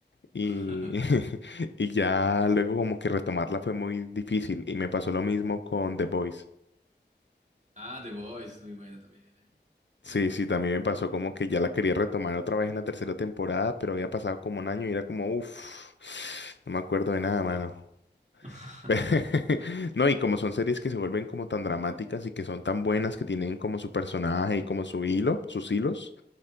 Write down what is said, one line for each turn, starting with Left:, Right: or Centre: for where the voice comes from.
Right: <laughs>
Left: Y, <laughs> y ya luego como que retomarla fue muy difícil. Y me pasó lo mismo con The Voice.
Right: Ah, The Voice es muy buena también, eh.
Left: Sí, sí, también me pasó como que ya la quería retomar otra vez en la tercera temporada, pero había pasado como un año y era como, uff, no me acuerdo de nada, mano.
Right: <laughs>
Left: <laughs> No, y como son series que se vuelven como tan dramáticas y que son tan buenas que tienen como su personaje y como su hilo, sus hilos,